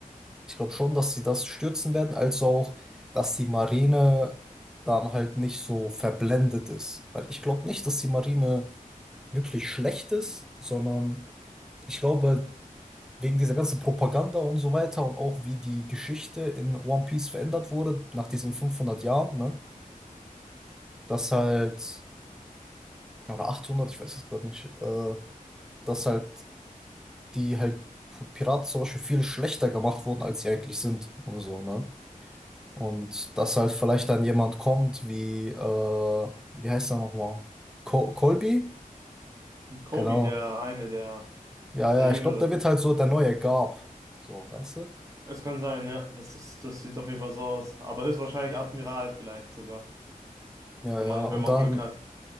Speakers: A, in the centre; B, on the right.
A: Ich glaube schon, dass sie das stürzen werden, als auch, dass die Marine dann halt nicht so verblendet ist. Weil ich glaube nicht, dass die Marine wirklich schlecht ist, sondern ich glaube, wegen dieser ganzen Propaganda und so weiter und auch wie die Geschichte in One Piece verändert wurde, nach diesen 500 Jahren, ne, dass halt, oder 800, ich weiß es gerade nicht, äh, dass halt die halt P- Piraten zum Beispiel viel schlechter gemacht wurden, als sie eigentlich sind und so, ne? Und dass halt vielleicht dann jemand kommt wie, äh, wie heißt er nochmal? Col Colby?
B: Kobe,
A: Genau.
B: der eine, der,
A: Ja,
B: der
A: ja,
B: Jüngere.
A: ich glaube, der wird halt so der neue Garp. So, weißt du?
B: Es kann sein, ja. Das, das, das sieht auf jeden Fall so aus. Aber höchstwahrscheinlich Admiral vielleicht sogar,
A: Ja,
B: wenn
A: ja,
B: man,
A: und
B: wenn man
A: dann,
B: Glück hat.